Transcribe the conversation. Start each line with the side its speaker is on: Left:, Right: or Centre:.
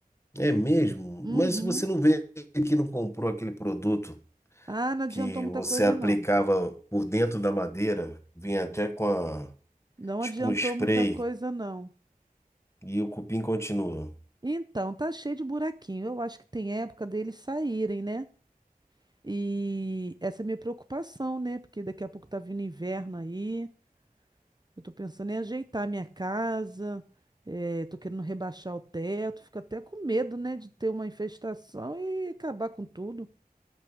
Left: É mesmo?
Right: Uhum.
Left: Mas você não vê que não comprou aquele produto
Right: Ah, não adiantou
Left: que
Right: muita
Left: você
Right: coisa,
Left: aplicava
Right: não.
Left: por dentro da madeira, vinha até com a,
Right: Não
Left: tipo
Right: adiantou
Left: um spray
Right: muita coisa, não.
Left: e o cupim continua.
Right: Então, tá cheio de buraquinho. Eu acho que tem época deles saírem, né? E essa é a minha preocupação, né? Porque daqui a pouco tá vindo inverno aí. Eu tô pensando em ajeitar a minha casa. eh, tô querendo rebaixar o teto. Fico até com medo, né? De ter uma infestação e acabar com tudo.